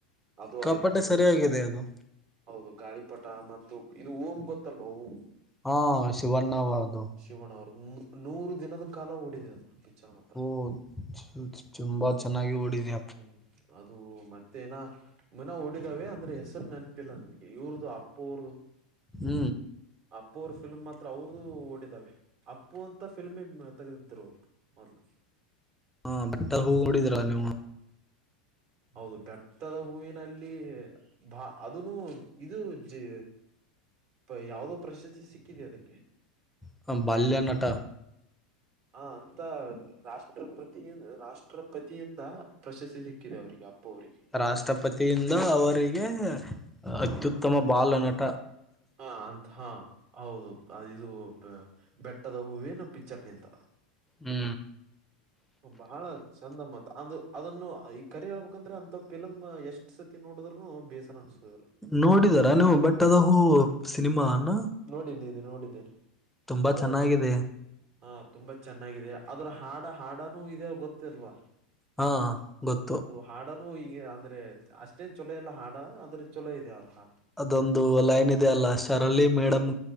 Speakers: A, on the right; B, in the centre.
A: ಅದು
B: ಸಿಕ್ಕಾಪಟ್ಟೆ
A: ಆಯ್ತು
B: ಸರಿಯಾಗಿದೆ ಅದು
A: ಹೌದು ಗಾಳಿಪಟ ಮತ್ತು ಇದು ಓಂ ಗೊತ್ತಲ್ವಾ ಓಂ?
B: ಹಾ ಶಿವಣ್ಣ ವರದು.
A: ಶಿವಣ್ಣ ಅವ್ರದ್ ನೂ ನೂರು ದಿನದ ಕಾಲ ಓಡಿದೆ ಅದು ಪಿಕ್ಚರ್ ಮಾತ್ರ.
B: <unintelligible> ತುಂಬಾ ಚೆನ್ನಾಗಿ ಓಡಿದೆ.
A: ಹ್ಮ ಅದ್ ದು ಮತ್ತೆ ನ <unintelligible> ಓಡಿದಾವೆ ಅಂದ್ರೆ ಹೆಸರು ನೆನ್ಪಿಲ್ಲ ನನ್ಗೆ ಇವ್ರದು ಅಪ್ಪು ಅವ್ರ್ದು
B: ಹ್ಮ
A: ಅಪ್ಪು ಅವ್ರ ಫಿಲ್ಮ್ ಮಾತ್ರ ಅವ್ರದು ಓಡಿದಾವೆ ಅಪ್ಪು ಅಂತ ಫಿಲ್ಮೇ ತೆೆಗೆದಿದ್ರು ಅವ್ರು. ಮೊದಲು
B: ಹಾ ಬೆಟ್ಟದ ಹೂ ನೋಡಿದಿರಾ ನೀವು?
A: ಹೌದು ಬೆಟ್ಟದ ಹೂವಿನಲ್ಲಿ ಬ ಅದನು ಇದು ಜೆ ಪ ಯಾವದೋ? ಪ್ರಶಸ್ತಿ ಸಿಕ್ಕಿದೆ ಅದಕ್ಕೆ.
B: <unintelligible> ಬಾಲ್ಯನಾಟ
A: ಹ ಅಂತ ರಾಷ್ಟ್ರಪ್ರತಿ ಇದು ರಾಷ್ಟ್ರಪತಿಯಿಂದ ಪ್ರಶಸ್ತಿ ಸಿಕ್ ಕ್ಕಿದೆ ಅವರಿಗೆ ಅಪ್ಪು ಅವರಿಗೆ.
B: ರಾಷ್ಟ್ರಪತಿಯಿಂದ ಅವರಿಗೆ ಅತ್ಯುತ್ತಮ ಬಾಲನಟ
A: ಹಾ ಅಂತ ಹಾ ಹೌದು ಅ ಇದು ಬ ಬೆಟ್ಟದ ಹೂವಿನ ಪಿಚ್ಚರ್ನಿಂದ.
B: ಹ್ಮ
A: ಬಹಳ ಚಂದಮ್ಮತ್ ಅಂದ್ ಅದನ್ನು ಈ ಕರಿ ಹೇಳ್ಬೇಕಂದ್ರೆ ಅಂತ ಫೀಲಮ್ ಎಷ್? ಸ್ಟ್ ಸತಿ ನೋಡಿದ್ರುನು ಬೇಸರ ಅನ್ಸೊದಿಲ್ಲ.
B: ನೋಡಿದಾರ ನೀವು ಬೆಟ್ಟದ ಹೂ ಸಿನಿಮಾನ?
A: ನೋಡಿದ್ದೇನೆ ನೋಡಿದ್ದೇನೆ.
B: ತುಂಬಾ
A: ಅದರಲ್ಲಿ
B: ಚೆನ್ನಾಗಿದೆ.
A: ಹಾ ತುಂಬಾ ಚೆನ್ನಾಗಿದೆ ಅದ್ರ ಹಾಡ ಹಾಡನೂ ಇದ ಗೊತ್ತಿಲ್ವಾ?
B: ಹಾ ಗೊತ್ತು.
A: ಹಾಡನು ಹೀಗೆ ಅಂದ್ರೆ ಅಷ್ಟೇನ್ ಚಲೋ ಇಲ್ಲ ಹಾಡ ಅಂದ್ರೆ ಚಲೋ ಇದೆ ಅವ್ರ್ ಹಾಡ.
B: ಅದೊಂದು ಲೈನ್ ಇದೆ ಅಲ್ಲ ಶರ್ಲಿ ಮೇಡಮ್